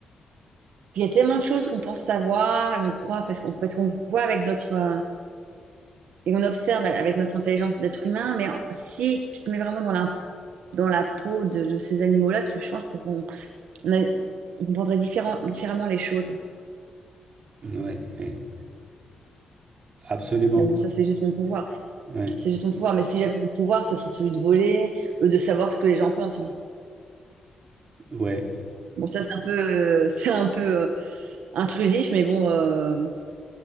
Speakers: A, on the right; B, on the right.
A: il y a tellement de choses qu'on pense savoir, et on croit, parce qu'on parce qu'on voit avec notre. euh, et on observe avec notre intelligence d'être humain, mais en- si tu te mets vraiment dans la, dans la peau de, de ces animaux-là, tu, je pense qu'on qu'on- on a- on comprendrait différent- différemment les choses.
B: Oui, oui, absolument.
A: Mais bon, ça, c'est juste mon pouvoir.
B: Oui,
A: C'est juste mon pouvoir. Mais si j'avais le pouvoir, ce serait celui de voler, euh, de savoir ce que les gens pensent.
B: oui,
A: Bon, ça, c'est un peu, euh, <laughs> c'est un peu euh, intrusif, mais bon. euh,